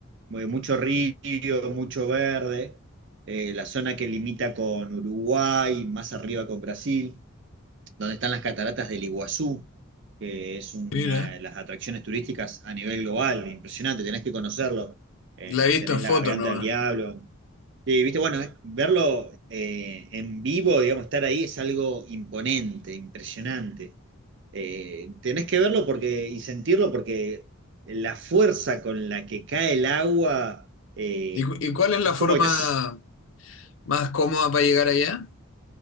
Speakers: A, on the right; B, on the left.
A: Muy- Mucho río, mucho verde, eh, la zona que limita con Uruguay, más arriba con Brasil, donde están las cataratas del Iguazú, que es una
B: mira,
A: de las atracciones turísticas a nivel global, impresionante, tenés que conocerlo. Eh,
B: la he visto
A: tenés
B: en foto
A: la Garganta
B: nomás.
A: del Diablo, Sí, viste, bueno, eh, verlo eh, en vivo, digamos, estar ahí es algo imponente, impresionante. Eh, tenés que verlo porque, y sentirlo porque la fuerza con la que cae el agua eh,
B: ¿Y, cu- y cuál es
A: es
B: la forma
A: como que te haces.
B: más cómoda para llegar allá?